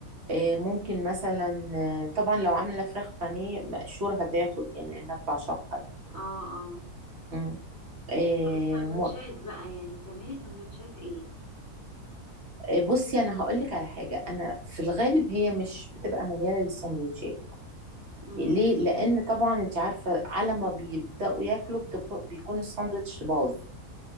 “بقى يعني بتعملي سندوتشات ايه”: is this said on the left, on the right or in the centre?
Left